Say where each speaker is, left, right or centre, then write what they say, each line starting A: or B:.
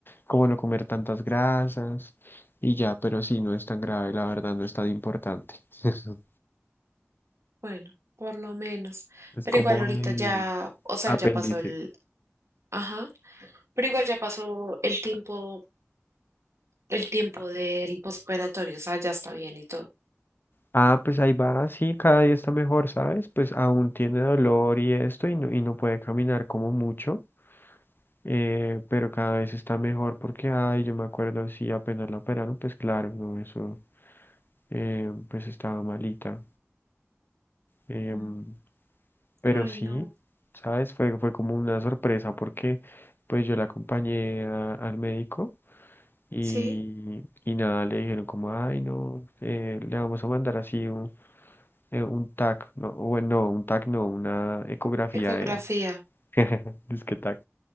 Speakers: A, on the left; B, on the right.
A: como no comer tantas grasas y ya, pero sí, no es tan grave, la verdad, no es tan importante. <laughs>
B: bueno, por lo menos.
A: Es
B: Pero
A: como
B: igual ahorita
A: el,
B: ya, o sea,
A: Apéndice.
B: ya pasó el... Ajá, pero igual ya pasó el tiempo el tiempo del postoperatorio, o sea, ya está bien y todo.
A: Ah, pues ahí va, sí, cada día está mejor, ¿sabes? Pues aún tiene dolor y esto y no, y no puede caminar como mucho, eh, pero cada vez está mejor porque, ay, yo me acuerdo, sí, apenas la operaron, pues claro, no, eso, eh, pues estaba malita. em,
B: Mm.
A: pero
B: Ay,
A: sí,
B: no.
A: ¿sabes? Fue, fue como una sorpresa porque pues yo la acompañé a- al médico y,
B: Sí,
A: y nada, le dijeron como, ay, no, eh, le vamos a mandar así un eh, un TAC, no, bueno, no, un TAC no, una ecografía
B: ecografía.
A: era. <laughs> Disque TAC.